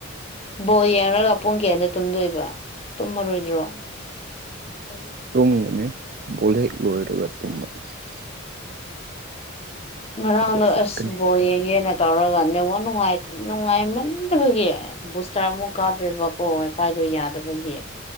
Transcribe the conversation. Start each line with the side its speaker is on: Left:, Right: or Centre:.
Left: ꯕꯣꯜ ꯌꯦꯡꯂꯡꯒ ꯄꯨꯡ ꯀꯌꯥꯗ ꯇꯨꯝꯗꯣꯏꯕ ꯇꯨꯝꯃꯔꯣꯏꯗ꯭ꯔꯣ <inaudible>
Right: ꯇꯨꯝꯒꯅꯤ ꯕꫭꯜ ꯍꯦꯛ ꯂꫭꯏꯔꯒ ꯇꯨꯝꯃꯅꯤ <unintelligible>
Left: ꯉꯔꯥꯡꯗꯣ
Right: ꯑꯗꯨꯒ ꯆꯠꯀꯅꯤ
Left: ꯑꯁ ꯕꯣꯜ ꯌꯦꯡꯒꯦꯅ ꯇꯧꯔꯒ ꯅꯦꯠꯋꯥꯛ ꯅꯨꯉꯥꯏꯇꯦ ꯅꯨꯡꯉꯥꯏꯃꯟꯗꯕꯒꯤ ꯕꯨꯁꯇꯔ ꯑꯃꯨꯛ ꯀꯥꯞꯄꯦꯕꯀꯣ ꯋꯥꯏꯐꯥꯏꯗꯣ ꯌꯥꯗꯕꯒꯤ